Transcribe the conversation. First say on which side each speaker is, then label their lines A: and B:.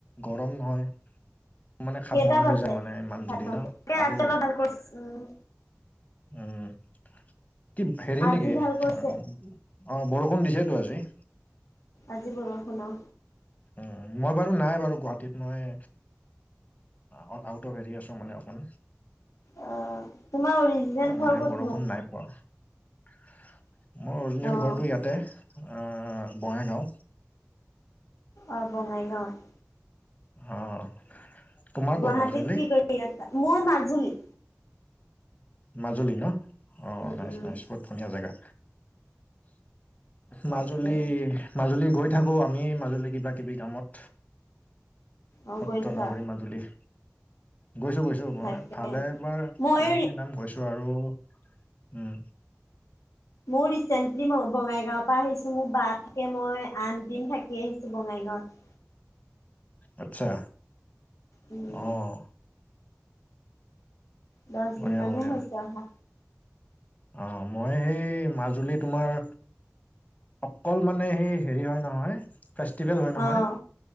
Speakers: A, on the left (about 30°); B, on the left (about 85°).
A: গৰম নহয় মানে খাব
B: কেইটা
A: মন
B: বাজে?
A: নাযায় মানে ইমান
B: ভাত
A: জল্দি
B: খাওঁতে।
A: ন
B: এই
A: আৰু
B: আজি অলপ ভাল কৰিছে। উম,
A: উম কি হেৰি
B: আজি
A: নেকি
B: ভাল কৰিছে।
A: অ অঁ বৰষুণ দিছেতো আজি
B: আজি বৰষুণ অ
A: অ মই বাৰু নাই বাৰু গুৱাহাটীত মই অ আউট অফ হেৰি আছ মানে অকণ
B: অ তোমাৰ অৰিজিনেল
A: ত' মানে
B: ঘৰ ক'তনো?
A: বৰষুণ নাই মোৰ অৰিজিনেল
B: অ'
A: ঘৰটো ইয়াতে বঙাইগাঁও
B: অঁ বঙাইগাঁৱত
A: অ তোমাৰ ক'ত
B: গুৱাহাটীত
A: অৰিজিনেলি
B: কি কৰি আছা মোৰ মাজুলী
A: মাজুলী ন অ
B: উম,
A: নাইচ
B: উম,
A: নাইচ বহুত ধুনীয়া জেগা।
B: তাকে
A: মাজুলী মাজুলী গৈ থাকো আমি মাজুলী কিবা কিবি কামত।
B: অ'
A: সত্ৰনগৰী
B: গৈছা
A: মাজুলী গৈছো গৈছো মই
B: তাকে
A: ভালে বাৰ
B: মই
A: ভালে খিনি নাম গৈছোঁ। আৰু উম
B: মোৰ ৰিচেণ্টলি বঙাইগাঁৱৰ পৰা আহিছোঁ মোৰ বা থাকে মই আঠদিন থাকি আহিছোঁ বঙাইগাঁৱত।
A: আচ্ছা
B: উম,
A: অহ
B: দহ দিন
A: বঢ়িয়া
B: মানহে
A: বঢ়িয়া
B: হৈছে অহা।
A: অ মই সেই মাজুলী তোমাৰ অকল মানে সেই হেৰি হয় নহয় ফেষ্টিভেল হয় নহয়
B: অ',